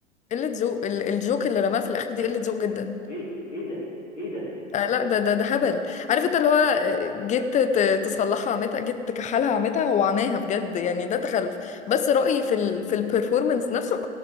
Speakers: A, on the left (about 20°); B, on the left (about 80°).
A: قله ذوق ال- الجوك اللي رماه في الاخر دي قله ذوق جدا
B: ايه ال- ايه ده ايه ده
A: آه لا ده ده ده هبل عارف انت اللي هو آه، جيت ت- تصلحها عمتها جيت تكحلها عمتها هو عماها بجد يعني ده تخلف بس رأيي في ال في البرفورمانس نفسه